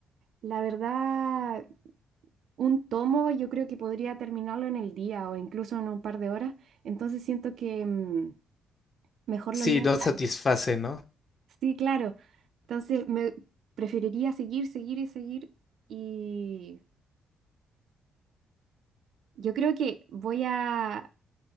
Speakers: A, on the right (about 65°); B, on the left (about 40°).
A: La verdad, un tomo yo creo que podría terminarlo en el día o incluso en un par de horas. Entonces siento que mm, mejor
B: Sí,
A: los leo.
B: no satisface, ¿no?
A: Sí, claro. Entonces me preferiría seguir, seguir y seguir. Y yo creo que voy a...